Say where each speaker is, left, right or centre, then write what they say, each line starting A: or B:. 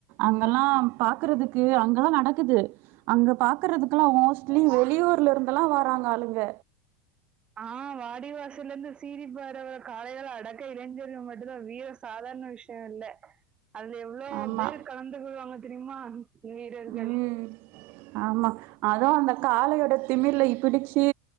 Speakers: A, on the right; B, on the right.
A: அங்கல்லா பாக்றதுக்கு அங்கதா நடக் க்குது அங்க பாக்றதுக்குல்லா மோஸ்ட்லி வெளியூர்ல இருந்தெல்லா வராங்க ஆளுங்க
B: ஆ வாடிவாசல்லர்ந்து சீரிப்பாய்ற காளைகள அடக்க இளைஞர்கள் மட்டுந்தா வீர சாதாரண விஷய ஷயொல்ல அதுல எவ்ளோ
A: ஆமா
B: பேரு கலந்துக்குவாங்க தெரிமா வீரர்கள்
A: ம் ஆமா அதூ அந்த காளையோட திமிலை பிடிச்சு